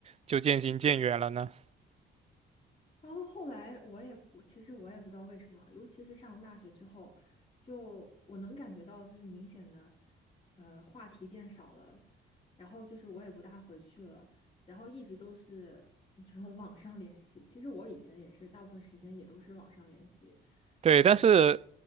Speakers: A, on the right (about 30°); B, on the left (about 30°).
A: 就渐行渐远了呢？
B: 然后后来我也我其实我也不知道为什么，尤其是上大学之后，就我能感觉到就是明显的，呃，话题变少了，然后就是我也不大回去了，然后一直都是这种 <laughs> 网上联系。其实我以前也是大部分时间也都是网上联系，
A: 对，
B: 然后
A: 但是